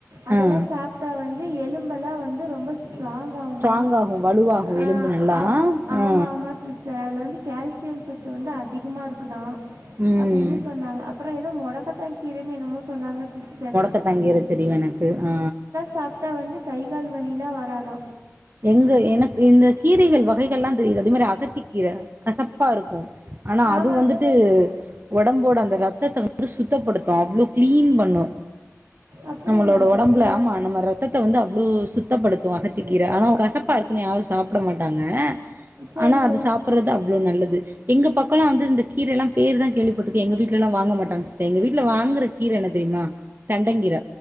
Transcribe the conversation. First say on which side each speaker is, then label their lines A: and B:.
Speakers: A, on the right; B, on the right.
A: அதெல்லா
B: ஆ
A: சாப் இப்ப வந்து எலும்பெலா வந்து ரொம்ப ஸ்ட்ராங் ஆகுமா
B: ஸ்ட்ராங் ஆகு வலுவாகு
A: ஆ
B: எலும்பு நல்லா
A: ஆம் ஆமாமா
B: ஆ
A: சிஸ்டர் அதுல வந்து கேல்சியம் சத்து வந்து அதிகமா இருக்குதா
B: ம்
A: அப்டினு சொன்னாங்க அப்பறோ ஏதோ மொடக்கத்தா கீரன்னு என்னமோ சொன்னாங்க சிஸ்டர்
B: மொடக்கதாங்கீர தெரியு எனக்கு ஆ
A: சாப்டா வந்து கை கால் வலிலா வராதா
B: எங்க எனக் இந்த கீரைகள் வகைகள்லா தெரியுது அது மாரி அகத்தி கீர கசப்பா ருக்கு ஆனா
A: ஆமா
B: அது வந்துட்டு ஒடம்போட அந்த ரத்தத்த வந்து சுத்தப்படுத்து அவ்ளோ கிளீன் பண்ணு
A: அப்படிங்களா
B: நம்மளோட
A: சிஸ்டர்?
B: ஒடம்புல ஆமா நம்ம ரத் தத்த வந்து அவ்ளோ சுத்தப்படுத்து அகத்திக்கீர ஆனா கசப்பா இருக்குன்னு யாரு சாப்ட மாட்டாங்க
A: சரி,
B: ஆனா
A: சரி,
B: அது சாப்பிறது
A: சிஸ்
B: அவ்ளோ நல்லது எங்க பக்கலா வந்து இந்த கீர எல்லா பேரு தா கேள்விப்பட்டிருக்கே எங்க வீட்ல எல்லா வாங்கமாட்டங்க சிஸ்டர் எங்க வீட்ல வாங்கறக் கீர என்ன தெரியுமா தண்டங் கீர